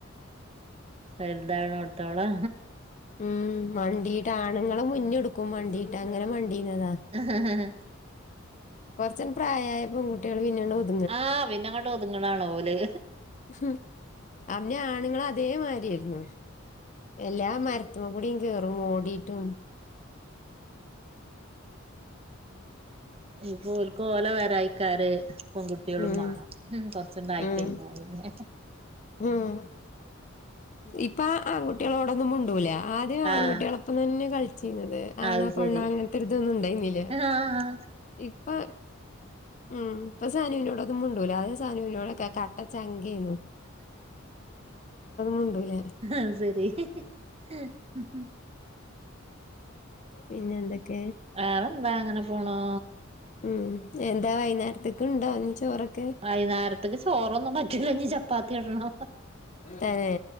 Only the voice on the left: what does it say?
ഉം വണ്ടീട ആണുങ്ങളെ മുന്നെടുക്കും വണ്ടീട്ട് അങ്ങനെ വണ്ടീന്നതാ
കൊറച്ച് ആണ്ട് പ്രായം ആയാൽ പെങ്കുട്ടിയാൾ പിന്നെ ആണ്ട് ഒത്
ഹും അന്നേ ആണുങ്ങൾ അതേമാതിരിയായിരുന്നു എല്ലാ മരത്തമ്മ കൂടിം കേറും ഓടിട്ടും
ഉം
ഉം
ഉം ഇപ്പ ആൺകുട്ടികളോടൊന്നും മിണ്ടൂല ആദ്യം ആൺകുട്ടികളൊപ്പം
തന്നെ കളിച്ചീന്നത് ആണ
പെണ്ണ
അങ്ങനത്തെരിതൊന്നും ഇണ്ടായിരുന്നില്ല
ഇപ്പൊ ഉം സാനുനോടൊന്നും മുണ്ടൂലാ ആദ്യം സാനുനോടൊക്കെ കട്ടച്ചങ്കെയ്നു മുണ്ടൂല
പിന്നെ എന്തൊക്കെ
ഉം എന്താ വൈകുന്നേരത്തേക്ക് ഇണ്ടോ നി ചോറൊക്കെ
തതേ